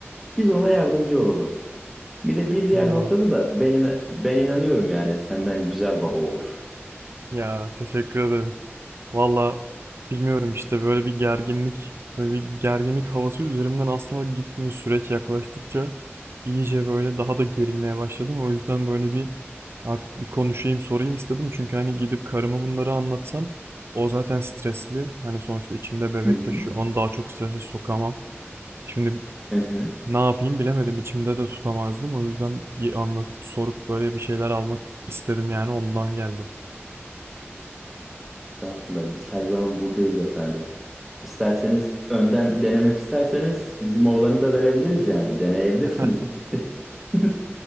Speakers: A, in the centre; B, on the right.
A: Biz ona yardımcı olalım. Bir de bir diğer
B: Ya
A: noktada da ben, ina- ben inanıyorum yani senden güzel baba olur.
B: Ya teşekkür ederim. Valla bilmiyorum işte böyle bir gerginlik, böyle bir gerginlik havası üzerimden asla gitmiyor süreç yaklaştıkça. iyice böyle daha da gerilmeye başladım. O yüzden böyle bir artık bir konuşayım, sorayım istedim. Çünkü hani gidip karıma bunları anlatsam o zaten stresli. Hani sonuçta içinde bebek
A: Hı hı.
B: taşıyor. Onu daha çok strese sokamam. Şimdi
A: Hı hı.
B: ne yapayım bilemedim. İçimde de tutamazdım. O yüzden bir anlatıp sorup böyle bir şeyler almak istedim yani ondan geldim.
A: Estağfurullah biz her zaman buradayız efendim. İsterseniz önden denemek isterseniz bizim oğlanı da verebiliriz yani. Deneyebilirsiniz.
B: <laughs>
A: <laughs>